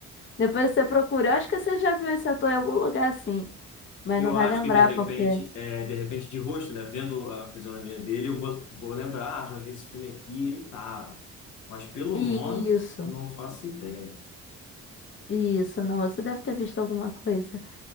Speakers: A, on the left; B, on the left.
A: Depois você procura. Eu acho que você já viu esse ator em algum lugar assim. Mas
B: Eu
A: não vai
B: acho
A: lembrar
B: que de repente,
A: porque.
B: é, de repente de rosto, né, vendo a fisionomia dele, eu vou, vou lembrar, ah, já vi esse filme aqui, ele tava. Mas pelo
A: Isso,
B: nome, não faço ideia. <laughs>
A: isso, não. Você deve ter visto alguma coisa.